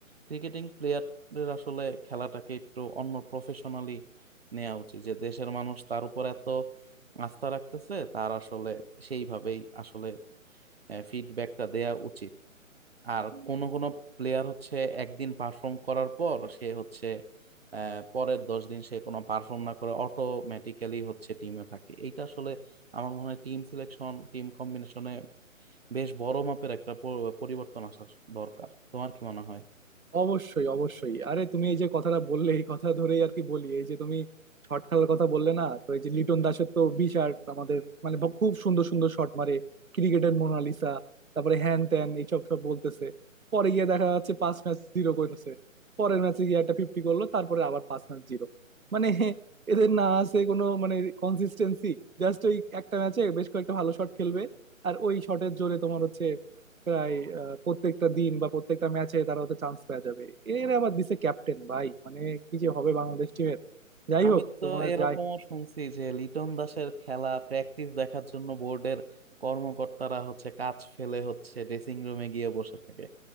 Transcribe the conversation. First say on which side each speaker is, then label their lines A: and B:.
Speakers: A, on the right; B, on the right.
A: ক্রিকেটিং প্লেয়ারের আসলে খেলাটাকে একটু অন্য প্রফেশনালি নেওয়া উচিত যে দেশের মানুষ তার উপর এত আস্থা রাখতেছে তার আসলে সেইভাবেই আসলে ফিডব্যাকটা দেয়া উচিত আর কোন কোন প্লেয়ার হচ্ছে একদিন পারফর্ম করার পর সে হচ্ছে আহ, পরের দশ দিন সে কোনো পারফর্ম না করে অটোমেটিক্যালি হচ্ছে টিমে থাকে এইটা আসলে আমার মনে হয় টিম সিলেকশন টিম কম্বিনেশনে বেশ বড় মাপের একটা পর- পরিবর্তন আসা দরকার তোমার কি মনে হয়
B: অবশ্যই অবশ্যই আরে তুমি এই যে কথাটা বললে এই কথা ধরেই আর কি বলি এই যে তুমি শর্ট খেলার কথা বললে না তো এই যে লিটন দাসের তো বিশাল আমাদের মানে ভ- খুব সুন্দর সুন্দর শট মারে ক্রিকেটের মোনালিসা তারপরে হ্যান ত্যান এইসব সব বলতেছে পরে গিয়ে দেখা যাচ্ছে পাঁচ ম্যাচ জিরো করছে পরের ম্যাচে গিয়ে একটা ফিফটি করলো তারপরে আবার পাঁচ ম্যাচ জিরো মানে এদের না আছে কোনো মানে কনসিস্টেন্সি জাস্ট ওই একটা ম্যাচে বেশ কয়েকটা ভালো শট খেলবে আর ওই শটের জোরে তোমার হচ্ছে প্রায় আহ, প্রত্যেকটা দিন বা প্রত্যেকটা ম্যাচে তারা হচ্ছে চান্স পাওয়া যাবে এর আবার দিছে ক্যাপ্টেন ভাই মানে কি যে হবে বাংলাদেশ টিমের যাই
A: আমি
B: হোক
A: তো
B: তোমার
A: এরকমও
B: যাই
A: শুনছি যে লিটন দাসের খেলা প্র্যাকটিস দেখার জন্য বোর্ডের কর্মকর্তারা হচ্ছে কাজ ফেলে হচ্ছে ড্রেসিং রুমে গিয়ে বসে থাকে